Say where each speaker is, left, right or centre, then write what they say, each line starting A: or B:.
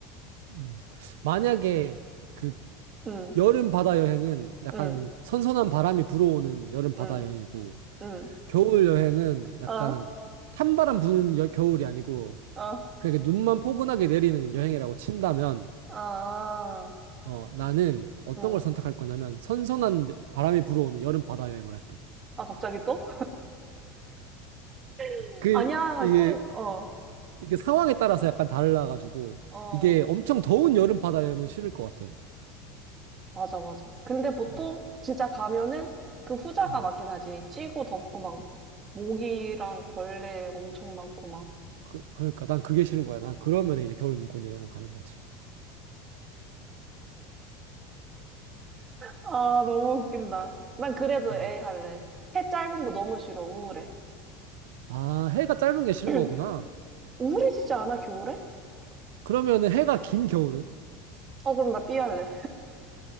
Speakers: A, on the right; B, on the right.
A: 음. 만약에 그
B: 응,
A: 여름 바다 여행은 약간
B: 응,
A: 선선한 바람이 불어오는 여름 바다
B: 응,
A: 여행이고,
B: 응.
A: 겨울 여행은 약간
B: 어,
A: 찬바람 부는 여, 겨울이 아니고,
B: 어,
A: 그렇게 눈만 포근하게 내리는 여행이라고 친다면,
B: 아,
A: 어, 나는 어떤
B: 응.
A: 걸 선택할 거냐면, 선선한 바람이 불어오는 여름 바다 여행을 할게.
B: 아, 갑자기 또? <laughs>
A: 그
B: 아니야,
A: 이게
B: 꼭, 어,
A: 이게 상황에 따라서 약간 달라가지고
B: 어.
A: 이게 엄청 더운 여름 바다 여행은 싫을 것 같아.
B: 맞아, 맞아. 근데 보통
A: 어,
B: 진짜 가면은 그 후자가
A: 음.
B: 맞긴 하지. 찌고 덥고 막 모기랑 벌레 엄청 많고 막.
A: 그, 그러니까 난 그게 싫은 거야. 난 그러면 이제 겨울 눈꽃 여행을 가는 거지.
B: 아, 너무 웃긴다. 난 그래도
A: 음.
B: A 할래. 해 짧은 거 너무 싫어. 우울해.
A: 아, 해가 짧은 게 싫은
B: <clears throat>
A: 거구나.
B: 우울해지지 않아, 겨울에?
A: 그러면은 해가 긴 겨울은?
B: 어, 그럼 나 B 할래.